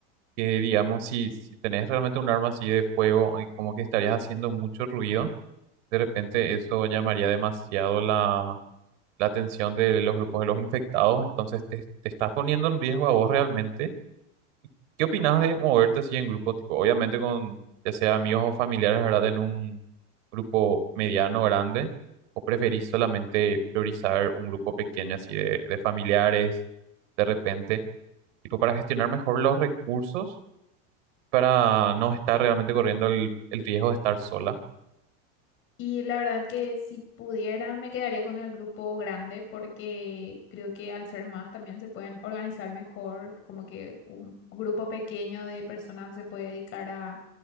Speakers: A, on the right; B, on the left.
A: Que digamos, si, si tenés realmente un arma así de fuego, eh, como que estarías haciendo mucho ruido, de repente eso llamaría demasiado la la atención de los grupos de los infectados, entonces te, te estás poniendo en riesgo a vos realmente. ¿Qué opinas de moverte así en grupo, tipo, obviamente con ya sea amigos o familiares, ¿verdad? En un grupo mediano, grande, o preferís solamente priorizar un grupo pequeño así de, de familiares, de repente, tipo para gestionar mejor los recursos, para no estar realmente corriendo el, el riesgo de estar sola?
B: Y la verdad que si pudiera me quedaría con el grupo grande porque creo que al ser más también se pueden organizar mejor, como que un grupo pequeño de personas se puede dedicar a,